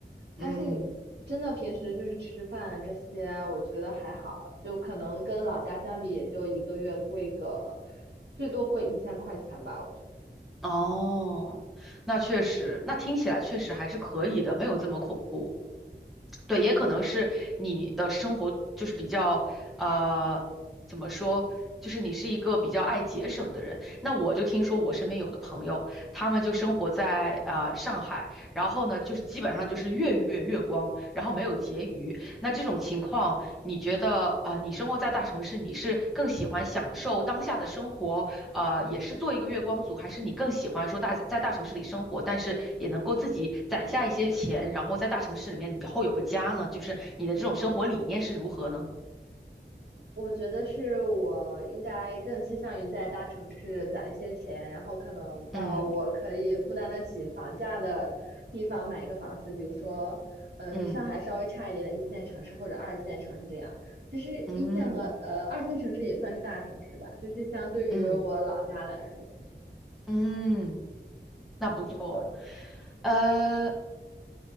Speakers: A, in the centre; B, on the right.
A: 嗯。
B: 但是真的平时就是吃饭这些，我觉得还好，就可能跟老家相比，也就一个月贵个最多贵一千块钱吧，我觉得。
A: 哦，那确实，那听起来确实还是可以的，没有这么恐怖。对，也可能是你的生活就是比较，呃，怎么说，就是你是一个比较爱节省的人。那我就听说我身边有的朋友，他们就生活在呃上海，然后呢，就是基本上就是月月月光，然后没有结余。那这种情况，你觉得啊，呃你生活在大城市，你是更喜欢享受当下的生活？呃，也是做一个月光族，还是你更喜欢说大在大城市里生活，但是也能够自己攒下一些钱，然后在大城市里面以后有个家呢？就是你的这种生活理念是如何呢？
B: 我觉得是我应该更倾向于在大城市攒一些钱，然后可能到我可以负担得起房价的地方买一个房子，
A: 嗯
B: 比如说，呃，
A: 嗯
B: 比上海稍微差一点的一线城市或者二线城市这样。其实一线和呃二线城市也算是大城市吧，
A: 嗯
B: 就是相对于我老家来说。
A: 嗯嗯，那不错。呃